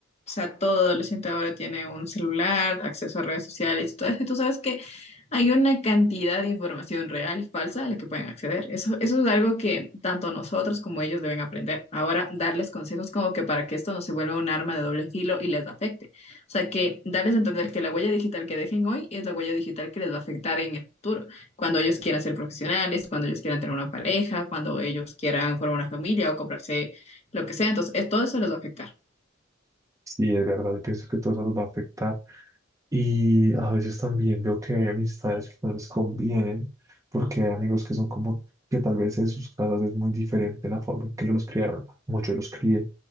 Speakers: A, on the left; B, on the right.
A: sea, todo adolescente ahora tiene un celular, acceso a redes sociales y todo eso. Y tú sabes que hay una cantidad de información real y falsa a la que pueden acceder. Eso, eso es algo que tanto nosotros como ellos deben aprender. Ahora, darles consejos como que para que esto no se vuelva un arma de doble filo y les afecte. O sea, que darles a entender que la huella digital que dejen hoy es la huella digital que les va a afectar en el futuro. Cuando ellos quieran ser profesionales, cuando ellos quieran tener una pareja, cuando ellos quieran formar una familia o comprarse lo que sea. Entonces, es- todo eso les va a afectar.
B: Sí, es verdad, yo pienso que todo eso los va a afectar. Y a veces también veo que hay amistades que no les convienen, porque hay amigos que son como que tal vez en sus casas es muy diferente la forma en que los criaron, como yo los crié,